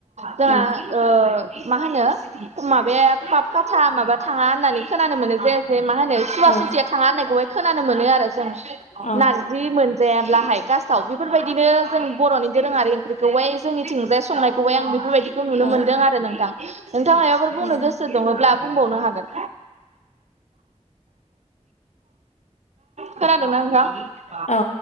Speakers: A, on the right; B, on the left.
A: जोंहा
B: उम
A: मा होनो माबाया पापकाथा माबा थाङा होननानै खोनानो मोनो जे ओमफ्राय मा होनो सुवासुतिया
B: औ
A: थाङा होननायखौहाय खोनानो मोनो आरो जों
B: औ
A: नारजि जि मोनजायाब्लाहाय खासाव बेफोरबायदिनो जों बर'नि दोरोङारि ओंख्रिखौहाय जोंनिथिंजाय संनायखौहाय आं बेफोरबायदिखौ नुनो
B: औ
A: मोनदों आरो नोंथां नोंथां माबाफोर बुंनो
B: उम
A: गोसो गो दङब्ला बुंबावनो हागोन। खोनादों ना नोंथां?
B: औ।